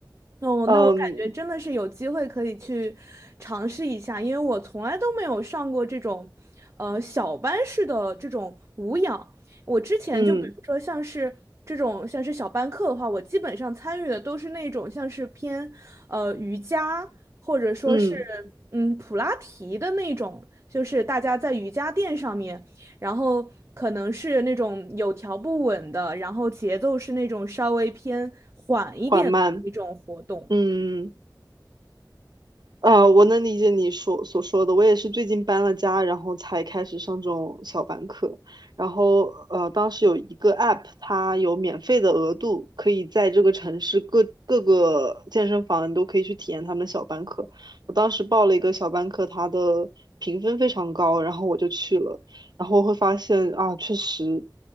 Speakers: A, on the right; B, on the right.
A: 哦，
B: 嗯
A: 那我感觉真的是有机会可以去尝试一下，因为我从来都没有上过这种，呃，小班式的这种无氧。我之前就比如说像是这种像是小班课的话，
B: 嗯
A: 我基本上参与的都是那种像是偏呃瑜伽或者说是
B: 嗯，
A: 嗯普拉提的那种，就是大家在瑜伽垫上面。然后可能是那种有条不紊的，然后节奏是那种稍微偏缓一点的一种活动。
B: 缓慢，嗯。呃，我能理解你说所说的，我也是最近搬了家，然后才开始上这种小班课。然后呃，当时有一个 app，它有免费的额度，可以在这个城市各各个健身房你都可以去体验他们的小班课。我当时报了一个小班课，它的评分非常高，然后我就去了，然后会发现啊，确实